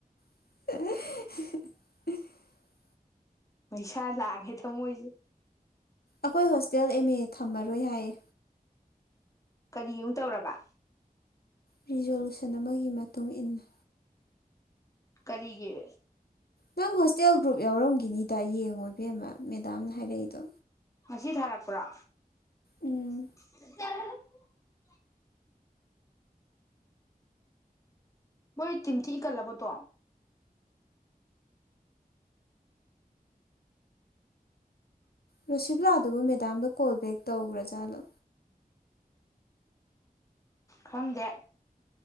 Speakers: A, on the left; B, on the left.
A: <inaudible>
B: ꯄꯩꯁꯥ ꯂꯥꯛꯒꯦ ꯊꯃꯣꯏꯁꯦ
A: ꯑꯩꯈꯣꯏ ꯍꯣꯁꯇꯦꯜ ꯑꯦꯝ ꯑꯦ ꯊꯝꯃꯔꯣꯏ ꯍꯥꯏꯌꯦ
B: ꯀꯔꯤ ꯑꯃꯨꯝ ꯇꯧꯔꯕ
A: ꯔꯤꯖꯣꯂꯨꯁꯟ ꯑꯃꯒꯤ ꯃꯇꯨꯡ ꯏꯟꯅ
B: ꯀꯔꯤꯒꯤꯦ
A: ꯅꯪ ꯍꯣꯁꯇꯦꯜ ꯒ꯭ꯔꯨꯞ ꯌꯥꯎꯔꯝꯒꯤꯅꯤꯗ ꯌꯦꯡꯉꯣꯏꯕꯦꯝ ꯑꯃ ꯃꯦꯗꯥꯝꯅ ꯍꯥꯏꯔꯛꯏꯗꯣ
B: ꯉꯁꯤ ꯊꯥꯔꯛꯄ꯭ꯔꯥ
A: ꯎꯝ
B: ꯠꯇ ꯃꯣꯏ ꯇꯤꯤꯟꯊꯤ ꯏꯀꯜꯂꯕꯇꯣ
A: ꯔꯣꯁꯤꯕꯂꯥꯗꯨꯕꯨ ꯃꯦꯗꯥꯝꯗ ꯀꯣꯜ ꯕꯦꯛ ꯇꯧꯕ꯭ꯔꯥꯖꯥꯠꯂꯣ
B: ꯈꯪꯗꯦ